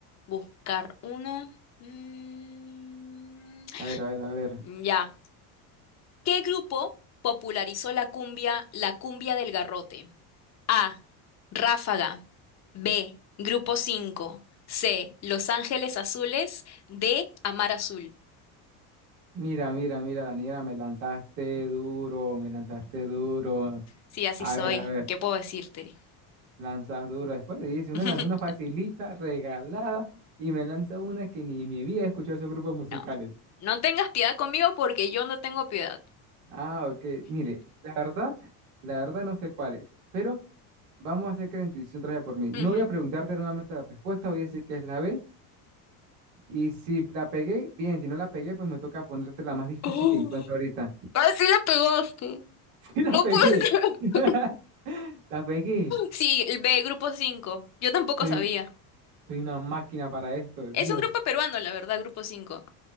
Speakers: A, on the left; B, on the right.
A: buscar uno. Mm,
B: A ver, a ver, a ver.
A: ya. ¿Qué grupo popularizó la cumbia, la cumbia del garrote? A. Ráfaga. B. Grupo 5. C. Los Ángeles Azules. D. Amar Azul.
B: Mira, mira, mira, Daniela, me lanzaste duro, me lanzaste duro.
A: Sí, así
B: A
A: soy.
B: ver, a ver,
A: ¿Qué puedo decirte?
B: lanzas duro. Después dice, una
A: <laughs>
B: lanza una facilita, regalada, y me lanza una que ni me había escuchado esos grupos musicales.
A: No, no tengas piedad conmigo porque yo no tengo piedad.
B: Ah, ok. Mire, la verdad, la verdad no sé cuál es, pero vamos a hacer que la intuición traje por mí.
A: Ujú.
B: No voy a preguntarte nuevamente la respuesta, voy a decir que es la B Y si la pegué, bien, si no la pegué, pues me toca ponerte la más
A: <gasps>
B: difícil
A: Oh.
B: que encuentro ahorita. <laughs>
A: Ah, sí la pegaste.
B: Sí, la
A: No
B: pegué.
A: puede ser. <laughs>
B: <laughs> La pegué.
A: Sí, el B, Grupo 5. Yo tampoco
B: Soy,
A: sabía.
B: un- soy una máquina para esto,
A: Es
B: Dios.
A: un grupo peruano, la verdad, Grupo 5.